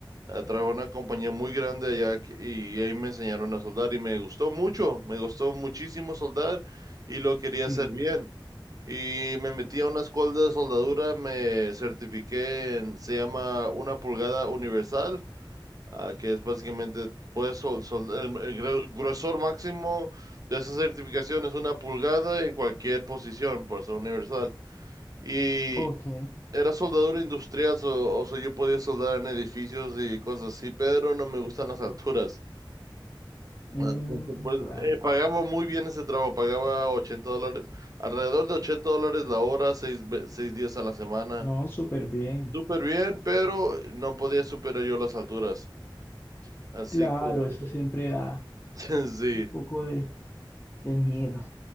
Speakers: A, on the right (about 45°); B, on the left (about 25°).
A: Eh, trabajé en una compañía muy grande allá que- y ahí me enseñaron a soldar y me gustó mucho, me gustó muchísimo soldar y lo quería
B: Sí.
A: hacer bien. Y me metí a una escuela de soldadura, me certifiqué en, se llama una pulgada universal ah, que es básicamente, puedes sol- sol- el, el gru- gruesor máximo de esa certificación es una pulgada en cualquier posición, por eso universal. Y
B: Ok.
A: era soldadura industrial, so- o sea, yo podía soldar en edificios y cosas así, pero no me gustan las alturas.
B: Mm,
A: Ah, <laughs> Pues,
B: claro.
A: eh, pagaba muy bien ese trabajo, pagaba 80 dólares, alrededor de 80 dólares la hora, seis, ve- seis días a la semana.
B: No, súper bien.
A: Súper bien, pero no podía superar yo las alturas. Así
B: Claro,
A: que,
B: eso siempre da
A: <laughs> sí.
B: un poco de, de miedo.